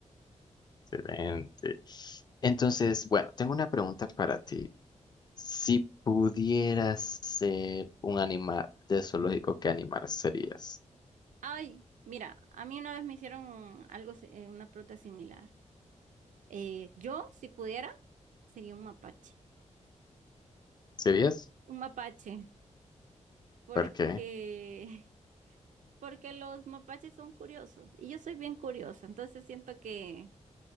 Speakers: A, on the left; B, on the right.
A: Excelente. Entonces, bueno, tengo una pregunta para ti. Si pudieras ser un animal de zoológico, ¿qué animal serías?
B: Ay, mira, a mí una vez me hicieron algo, si- eh, una pregunta similar. Eh, yo, si pudiera, sería un mapache.
A: ¿Serías?
B: Un mapache, porque,
A: ¿Por qué?
B: <laughs> porque los mapaches son curiosos y yo soy bien curiosa, entonces siento que,